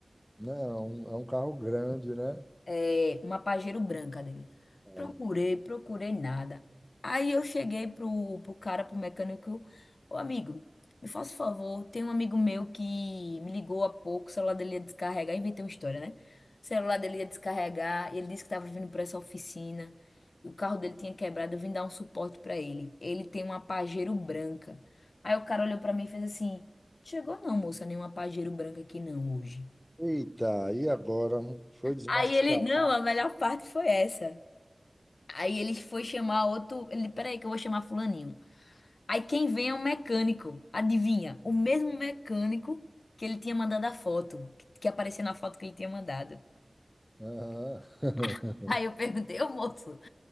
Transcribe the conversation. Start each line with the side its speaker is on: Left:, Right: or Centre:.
Centre: Não, é um é um carro grande, né?
Left: é, uma Pajero branca dele.
Centre: É.
Left: Procurei, procurei nada. Aí eu cheguei pro, pro cara, pro mecânico, ô amigo, me faça um favor, tem um amigo meu que me ligou há pouco, o celular dele ia descarregar, inventei uma história, né? O celular dele ia descarregar, e ele disse que tava vindo pra essa oficina, e o carro dele tinha quebrado, eu vim dar um suporte pra ele. Ele tem uma Pajero branca. Aí o cara olhou pra mim e fez assim, chegou não, moça, nenhuma Pajero branca aqui não hoje.
Centre: Eita, e agora? Foi desmascarado.
Left: Aí ele, não, a melhor parte foi essa. Aí ele foi chamar outro. Ele, peraí, que eu vou chamar fulaninho. Aí quem vem é um mecânico. Adivinha? O mesmo mecânico que ele tinha mandado a foto. Que, que aparecia na foto que ele tinha mandado.
Centre: Aham. <laughs>
Left: <laughs> Aí eu perguntei, ô moço.